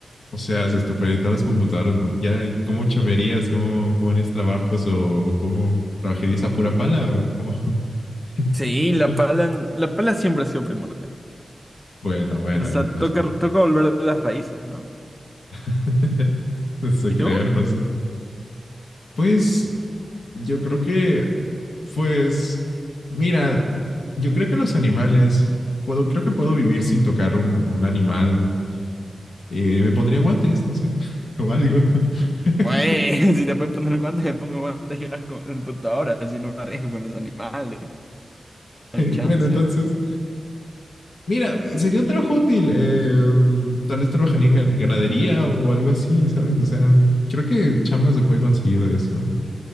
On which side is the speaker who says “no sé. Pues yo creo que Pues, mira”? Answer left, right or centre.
Left